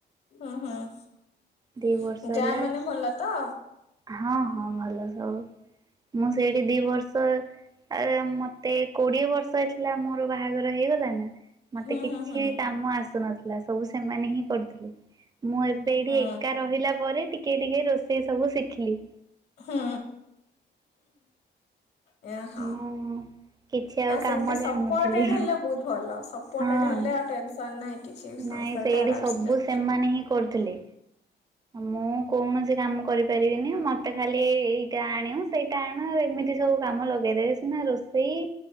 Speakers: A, on the left; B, on the right.
A: ହୁଁ ହୁଁ
B: ଦି ବର୍ଷ
A: ଯା
B: ହେଲା
A: ମାନେ
B: ଏବେ
A: ଭଲ ତ?
B: ହଁ ହଁ ଭଲ ସବୁ। ମୁଁ ସେଇଠି ଦି ବର୍ଷ ତାପରେ ମତେ କୋଡିଏ ବର୍ଷ ହେଇଥିଲା ମୋର ବାହାଘର ହେଇଗଲା ନା ମତେ
A: ହୁଁ
B: କିଛି
A: ହୁଁ ହୁଁ।
B: କାମ ଆସୁନଥିଲା ସବୁ ସେମାନେ ହିଁ କରୁଥିଲେ ମୁଁ ଏବେ ଏଠି
A: ହୁଁ
B: ଏ ରହିଲା ପରେ ଟିକେ ଟିକେ ରୋଷେଇ ସବୁ ଶିଖିଲି।
A: ହୁ। ଇଏ ହଁ
B: ମୁଁ କିଛି ଆଉ କାମ
A: ସେମିତି ସପୋର୍ଟେଡ
B: ଜାଣିନଥିଲି
A: ହେଲେ ବହୁତ ସପ ପୋଟେଡ୍
B: ହଁ।
A: ହେଲେ ଆଉ ଟେନସନ ନାହିଁ କିଛି।
B: ନାଇଁ
A: ସଂସାର
B: ସେଇଠି
A: ଟା ଆରାମସେ
B: ସବୁ
A: ଚାଲେ।
B: ସେ ମାନେ ହିଁ କରୁଥିଲେ। ମୁଁ କୌଣସି କାମ କରିପାରିବିନି ମ ମତେ ଖାଲି ଏ ଏଇଟା ଆଣେ ସେଇଟା ଆଣ ଏମିତି ସବୁ କାମ ଲଗେଇଦେବେ ସିନା ରୋଷେଇ